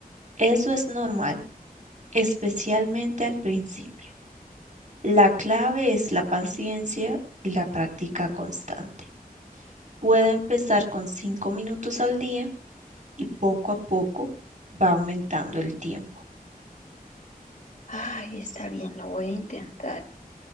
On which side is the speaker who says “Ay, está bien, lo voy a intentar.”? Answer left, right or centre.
Left